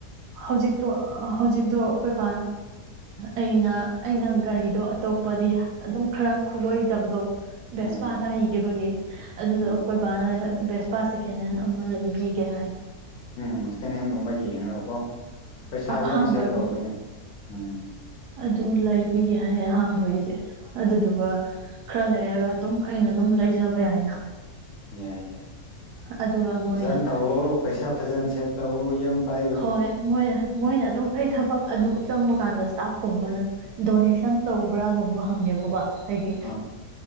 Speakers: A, on the right; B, on the left.
A: ꯍꯧꯖꯤꯛꯇꯣ ꯍꯧꯖꯤꯛꯇꯣ ꯑꯩꯈꯣꯏ ꯑꯩꯅ ꯑꯩꯅ ꯒꯥꯔꯤꯗꯣ ꯑꯇꯣꯞꯄꯗꯤ ꯑꯗꯨꯝ ꯈꯔ ꯈꯨꯠꯂꯣꯏꯗꯕꯗꯣ
B: ꯎꯝ
A: ꯕꯦꯁꯄꯥꯥꯗ ꯍꯩꯈꯤꯕꯒꯤ ꯑꯗꯨꯗꯣ
B: ꯎꯝ
A: ꯑꯩꯈꯣꯏꯕꯥꯅ ꯕꯦꯁꯄꯥ ꯁꯦꯀꯦꯟ ꯍꯦꯟ ꯑꯃ ꯂꯩꯕꯤꯒꯦ ꯍꯥꯏ
B: ꯎꯝꯀ ꯍꯪꯒꯨꯝꯕꯒꯤꯦ ꯊꯦꯡꯅꯀꯣ ꯄꯩꯁꯥ ꯌꯥꯝ
A: ꯑꯍꯥꯝꯕꯒꯤꯗꯤ
B: ꯁꯦꯚ ꯇꯧꯒꯅꯤ ꯎꯝ
A: ꯑꯗꯨꯨ ꯂꯩꯕꯤꯒꯦ ꯍꯥꯏꯌꯦ ꯑꯍꯥꯟꯕꯒꯤꯗꯤ ꯑꯗꯨꯗꯨꯒ ꯈꯔ ꯂꯩꯔꯒ ꯑꯗꯨꯝ ꯑꯩꯅ ꯑꯗꯨꯝ ꯂꯩꯖꯕ ꯌꯥꯏꯅ
B: ꯌꯥꯏ ꯌꯥꯏ
A: ꯑꯗꯨꯒ ꯃꯣꯏꯅ
B: ꯐꯖꯅ ꯇꯧꯋ ꯄꯩꯁꯥ ꯐꯖꯅ ꯁꯦꯚ ꯇꯧꯋ ꯌ ꯄꯥꯏ
A: ꯍꯣꯏ ꯃꯣꯏꯅ ꯃꯣꯏꯅ ꯑꯗꯨꯝ ꯑꯩ ꯊꯕꯛ ꯑꯗꯨ ꯆꯪꯕ ꯀꯥꯟꯗ ꯏꯁꯇꯥꯐꯀꯨꯝꯕꯅ ꯗꯣꯅꯦꯁꯟ ꯇꯧꯕ꯭ꯔꯥꯒꯨꯝꯕ ꯍꯪꯉꯦꯕꯀꯣ ꯍꯥꯏꯗꯤ
B: ꯑꯥ